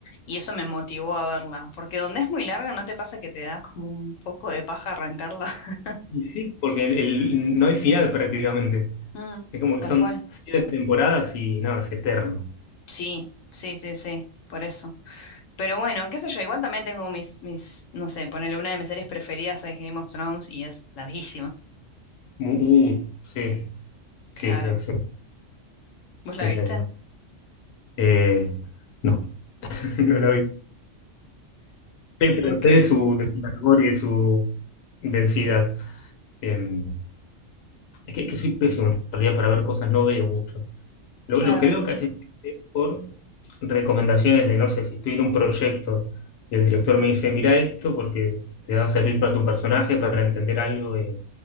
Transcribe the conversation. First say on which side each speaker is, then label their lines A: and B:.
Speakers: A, on the left (about 85°); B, on the left (about 65°).
A: y eso me motivó a verla, porque donde es muy larga, ¿no te pasa que te da como un poco de paja arrancarla? <laughs>
B: Y sí, porque el- el- no hay final prácticamente.
A: Mm,
B: Es como que
A: tal
B: son
A: cual.
B: siete temporadas y nada, es eterno.
A: Sí, sí, sí, sí, por eso. Pero bueno, qué sé yo, igual también tengo mis, mis, no sé, ponerle una de mis series preferidas es Game of Thrones y es larguísima,
B: Mu- uh, sí,
A: claro.
B: sí, es,
A: ¿Vos la
B: es
A: viste?
B: de Eh, no, <laughs> no la vi. Pe- Pero
A: Ok.
B: sé de su, de su largor y de su densidad. Eh, es que, que soy pésimo en realidad para ver cosas, no veo mucho. Lo,
A: Claro,
B: lo que veo casi es por recomendaciones de, no sé, si estoy en un proyecto y el director me dice, mira esto porque te va a servir para tu personaje, para entender algo. eh,